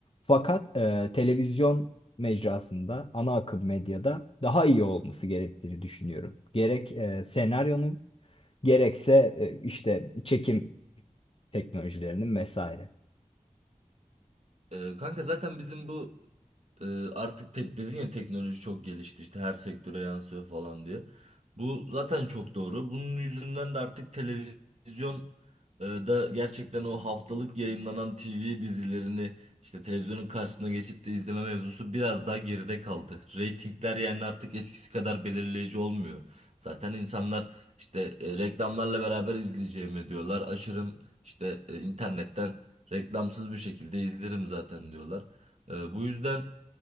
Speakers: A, on the left (about 50°); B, on the right (about 60°).
A: Fakat e, televizyon mecrasında, ana akım medyada daha iyi olması gerektiğini düşünüyorum. Gerek e, senaryonun gerekse e, işte çekim teknolojilerinin vesaire.
B: E, kanka zaten bizim bu Ee, artık tek dedin ya teknoloji çok gelişti işte her sektöre yansıyor falan diye. Bu zaten çok doğru. Bunun yüzünden de artık televizyon e, da gerçekten o haftalık yayınlanan TV dizilerini işte televizyonun karşısına geçip de izleme mevzusu biraz daha geride kaldı. Reytingler yani artık eskisi kadar belirleyici olmuyor. Zaten insanlar işte e, reklamlarla beraber izleyeceğimi diyorlar. Açarım işte e, internetten reklamsız bir şekilde izlerim zaten diyorlar. E, bu yüzden